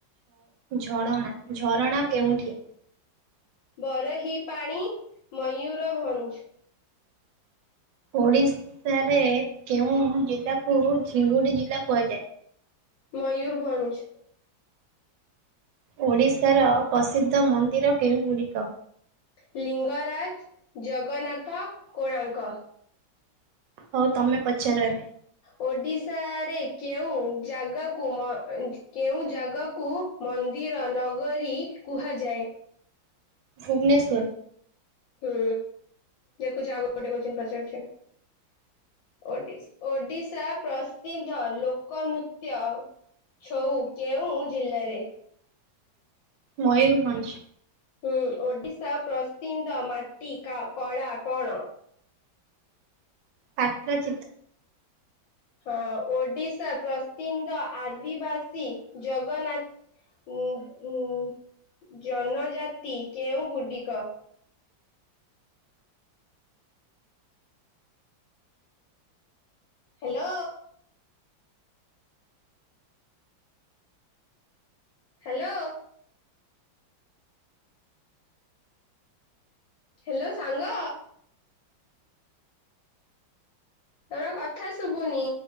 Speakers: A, on the right (about 70°); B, on the left (about 75°).
A: ଝରଣା, ଝରଣା କେଉଁଠି?
B: ବରହି ପାଣି, ମୟୂରଭଞ୍ଜ
A: ଓଡିଶାରେ କେଉଁ ଜିଲ୍ଲାକୁ ଝିଙ୍ଗୁଡି ଜିଲ୍ଲା କୁହାଯାଏ?
B: ମୟୂୁରଭଞ୍ଜ।
A: ଓଡ଼ିଶାର ପ୍ରସିଦ୍ଧ ମନ୍ଦିର କେଉଁ ଗୁଡିକ?
B: ଲିଙ୍ଗରାଜ, ଜଗନ୍ନାଥ, କୋଣାର୍କ।
A: ହଉ ତମେ ପଚାର ଏବେ?
B: ଓଡ଼ିଶାରେ କେଉଁ ଜାଗାକୁ, କେଉଁ ଜାଗାକୁ ମନ୍ଦ ଇର ନଗରୀ କୁହାଯାଏ।
A: ଭୁବନେଶ୍ୱର।
B: ହୁଁ ଦେଖୁଚି ଆଉ ଗୋଟେ କୋଟିଙ୍ଗ୍ ପଚାରୁଚ଼ି? ଓଡିଶ୍ ଓଡ଼ିଶା ପ୍ରସିଦ୍ଧ ଲୋକ ନୁତ୍ୟ? ଛୋଉ -କେଉଁ ଜିଲ୍ଲାରେ?
A: ମୟୂରଭଞ୍ଜ।
B: ହୁଁ ଓଡିଶା ପ୍ରସିନ୍ଦ ମାଟି କା କଳା କଣ?
A: ପାତ୍ର ଚିତ୍।
B: ହଁ, ଓଡିଶା ପ୍ରସିନ୍ଦ ଆଦିବାସୀ ଜଗନ୍ନା ଉୁଁ ଘୁଁ ଜନଜାତି କେଉଁ ଗୁଡିକ? ହାଲୋ। ହାଲୋ। ହେଲୋ ସାଙ୍ଗ ତୋର କଥା ଶୁବୁନି?